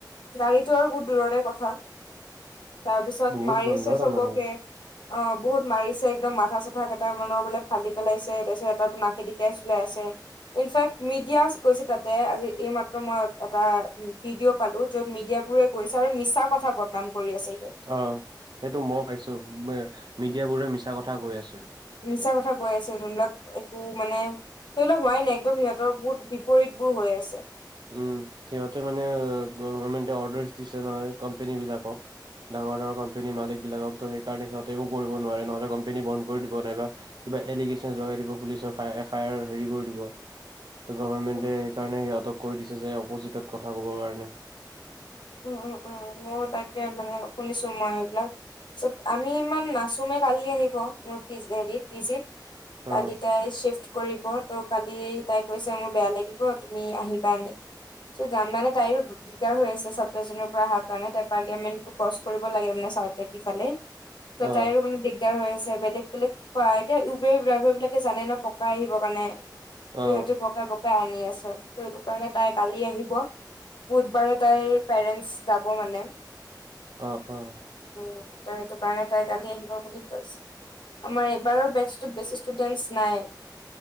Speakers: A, on the left (about 85°); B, on the right (about 70°).
A: গাড়ীতো আৰু বহুত দূৰৰে কথা তাৰপিছত
B: বহুত
A: মাৰিছে
B: বন্ধ তাৰমানে
A: চবকে অ বহুত মাৰিছে একদম মাথা চাথা কেইটামানৰ বোলে ফালী পেলাইছে। তাৰপিছত এটা তো নাকেদি দি তেজ ওলাই আছে। ইনফেক্ট মিডিয়াস গৈছে তাতে আজি এইমাত্ৰ মই এটা ভিডিঅ' পালো য'ত মিডিয়াবোৰে কৈছা আৰু মিছা কথা বদনাম কৰি আছেগে
B: অ সেইটো মই পাইছো মি মিডিয়াবোৰে মিছা কথা কৈ আছে
A: মিছা কথা কৈ আছে যোনবিলাক একো মানে সেইবিলাক হোৱাই নাই একদম সিহঁতৰ বহুত বিপৰীত বোৰ হৈ আছে
B: উম, সিহঁতে মানে গভমেণ্টে অৰ্ডাৰছ দিছে নহয় কম্পেনী বিলাকক। ডাঙৰ ডাঙৰ কম্পেনী মালিক বিলাকক তো সেইকাৰণে সিহঁতে একো কৰিব নোৱাৰে নহ'লে কম্পেনী বন্ধ কৰি দিব। নাই বা কিবা এলিগেচনচ্ লগাই দিব পুলিচ ফায়া এফায়াৰ হেৰি কৰি দিব। ত' গভাৰমেণ্টে
A: উম
B: এইকাৰণে ইহঁতক কৈ দিছে যে অপ'জিটত কথা ক'বৰ কাৰণে।
A: উম, উম, উম, মইও তাকে মানে শুনিছো মই এইবিলাক। চব, আমি ইমান নাচো নে কালি আহিব। মোৰ পিচ হেৰিত পিজিত কালি
B: অ',
A: তাই চিফ্ট কৰিব ত' কালি তাই কৈছে মোৰ বেয়া লাগিব তুমি আহিবা এনে চ' জাম মানে তাইৰো দিগদাৰ হৈ আছে চব উৱেচ জুনৰ পৰা অহাৰ কাৰণে তাই পাৰ্লিয়ামেণ্ট ক্ৰছ কৰিব লাগে মানে চাউট দিফালে ত
B: অ',
A: তাইৰো মানে দিগ দিগাৰ হৈ আছে বেলেগ বেলেগ প্ৰায় এতিয়া উবেৰ ড্ৰাইভাৰ বিলাকে জানে ন পকাই আহিবৰ কাৰণে সে
B: অ',
A: সিহেটি পক ত পকাই আনি আছে ত সেইটো কাৰণে তাই কালি আহিব বুধবাৰে তাইৰ পেৰেন্টচ যাব মানে
B: অ অ
A: উ ত সেইটো কাৰণে তাই কালি আহিব বুলি কৈছে। আমাৰ এইবাৰৰ বেটছটোত বেছি ষ্টুডেন্টছ নাই